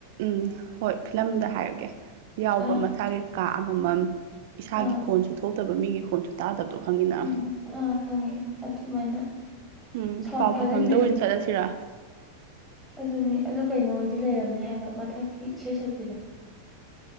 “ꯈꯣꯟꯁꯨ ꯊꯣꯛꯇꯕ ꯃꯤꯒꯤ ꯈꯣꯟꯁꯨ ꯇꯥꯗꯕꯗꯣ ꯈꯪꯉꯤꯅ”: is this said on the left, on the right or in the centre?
Right